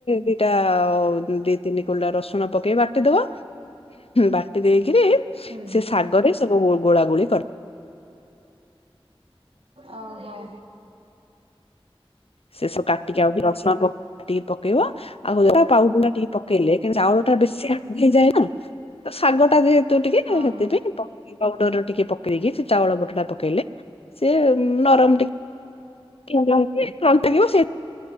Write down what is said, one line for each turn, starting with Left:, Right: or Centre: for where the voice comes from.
Left: ଦିଟା ଦି ତିନି କୁଲା ରସୁଣ ପକେଇ ବାଟିଦବା। ବାଟି ଦେଇକିରି
Right: ହୁଁ
Left: ସେ ଶାଗରେ ସବୁ ଗୋଳା ଗୋଳି କରି
Right: ଓ ହୋ।
Left: ସେସବୁ କାଟିକି ଆଉ <unintelligible> ପକେଇଲେ କିନ୍ତୁ ଚାଉଳଟା ବେଶୀ ଭାଜି ହେଇଯାଏ ନା। ତ ଶାଗଟା ଯେହେତୁ ଟିକେ
Right: ଓହୋ।
Left: ହେଥିରେ ପ କି ପାଉଡ଼ରରୁ ଟିକେ ପକେଇକି ସେ ଚାଉଳ ବଟାଟା ପକେଇଲେ ସେ ନରମ ଟି <unintelligible>